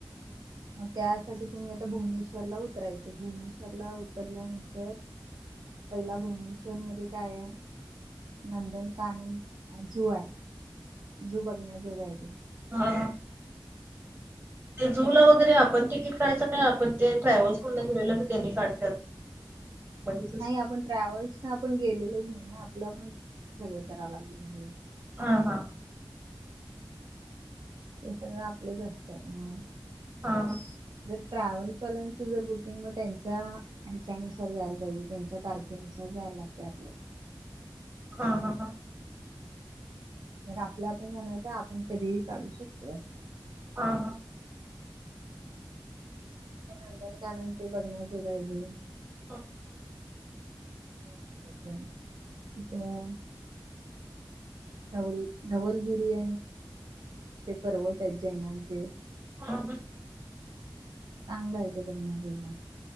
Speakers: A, on the right; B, on the right.
A: म त्यासाठी तुम्ही आता भुवनेश्वरला उतरायचं भुवनेश्वरला उतरल्यानंतर पहिला भुवनेश्वर मध्ये काय आहे. नंदन कानन जू आहे जू बघण्याजोग आहेत.
B: हं. ते जूला वगैरे आपण तिकीट काढयचं का आपण ते ट्रॅव्हल्स गेलेलं
A: हो.
B: त्यांनी काढ <unintelligible>
A: नाही आपण ट्रॅव्हल्स ना आपण गेलेलोच नाही ना आपलं आपण सगळं करावं लागलं.
B: हा हा.
A: ते सगळ आपलंच असतं हा.
B: हां हा.
A: ते ट्रॅव्हल्सवाल्यांचं जर बुकिंग म त्यांच्या ह्याच्यानुसार जायला पाहिजे त्यांच्या तारखेनुसार जायला लागते आपल्याला.
B: हा हा हां.
A: जर आपल्या आपण जाणार आपण कधीही काढू शकतो अस
B: हां हां.
A: <unintelligible> ते बघण्या जोग आहे अजून
B: <unintelligible>
A: छ <unintelligible> धवल धवलगिरीय ते पर्वत आहेत जैनांचे
B: हा हा.
A: चांगलं हाय ते बघण्या <unintelligible>